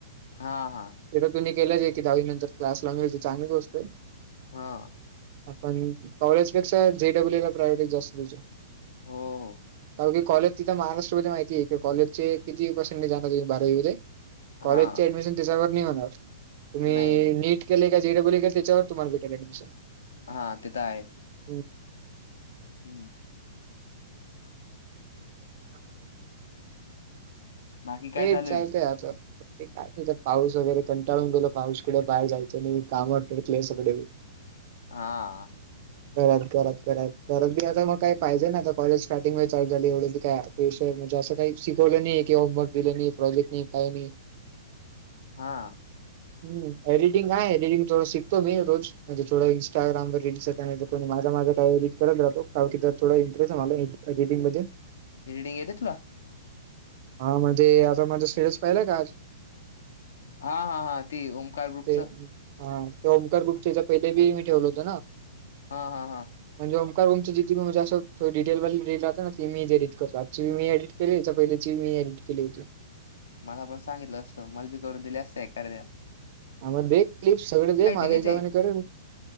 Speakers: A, on the left (about 70°); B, on the right (about 45°).
A: हा हा
B: ते तर तु केलंच आहे की दहावी नंतर क्लास लावायचे ती तर चांगली गोष्ट आहे
A: हा
B: आपण कॉलेज जे डबल इ ला प्रायोरिटी जास्त तुझ्या
A: हो हो
B: कार की कॉलेज तिथं महाराष्ट्रमध्ये माहिती आहे कॉजचे किती पार्सेंटेज आणणार तुम्ही बारावीमध्ये कॉलेजची
A: हा
B: ऍडमिशन त्याच्यावर नाही होणार तुम्ही
A: नाही नाही
B: नीट केले का जे डबल इ केलय त्याच्यावर भेटे अँडमिशन
A: हा ते तर आहे
B: हो..
A: हम्म
B: आता तर
A: बाकी काय
B: तेच
A: चालू
B: चालतंय
A: आहे
B: आता ते काय नाही तर पाऊस वगैरे कंटाळून गेलो पाऊस कुठे बाहेर जायचं नाही कामवर पटतलेय सगळे <inaudible>
A: हा..
B: करात करत करत करत बी आता मग काही पाहिजे ना आता कॉलेज स्टार्टिंग वे चालू झाली एवढी बी काय ते म्हणजे असं काही शिकवलं नाही की होमवर्क दिलं नाही प्रॉजेक्ट नाही काही नाही
A: हा
B: <inaudible> हम एडटिंग आहे एडिटंग थोडं शिकतो रोज म्हणजे थोडं इंस्टाग्राम रील्स आणि माल माझ काही एडिट करत राहतो का की थोडा इंटरेस्ट आहे मला एडिटिंग मध्ये
A: एडिटिंग येत तुला?
B: हा म्हणजे आता माझा स्टेटस पाहिला का?
A: हा हा हा... ती ओंकार ग्रुपचं?
B: ते हा ते ओंकार ग्रुप चे पहिले बी मी ठेवल होत ना
A: हा हा हा...
B: म्हणजे ओमकार ग्रुप जे म्हणजे जास्त अस डिटेल ना ते मी एडिट अक्तुअली मी करतो केय पहिल्या मी एडिट केले होत
A: मला पण सांगितलं असतं मलबी करून दिले असत एखद्या
B: ह मग दे क्लिप सगळे दे माझ्या
A: नाही
B: हिशोबाने
A: ते
B: करेल